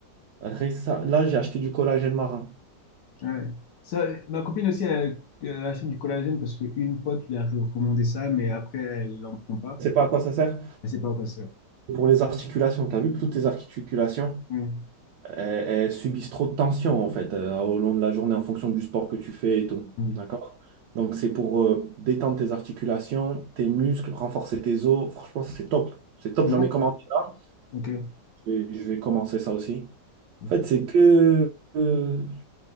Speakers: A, on the right (about 80°); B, on the left (about 70°).
A: récem- là, j'ai acheté du collagène marin.
B: Ouais. Ça, ma copine aussi, elle, elle achète du collagène parce qu'une pote lui a recommandé ça, mais après, elle n'en prend pas.
A: Tu sais pas à quoi ça sert?
B: Elle sait pas quoi c'est.
A: Pour les articulations, tu as vu que toutes les articulations,
B: Mm,
A: elles, elles subissent trop de tension en fait euh, au long de la journée en fonction du sport que tu fais et tout.
B: mm.
A: D'accord? Donc c'est pour euh, détendre tes articulations, tes muscles, renforcer tes os. Franchement, c'est top. C'est top,
B: C'est
A: j'en
B: bon?
A: ai commencé là.
B: Ok.
A: Je vais, je vais commencer ça aussi.
B: Ok.
A: En fait, c'est que euh,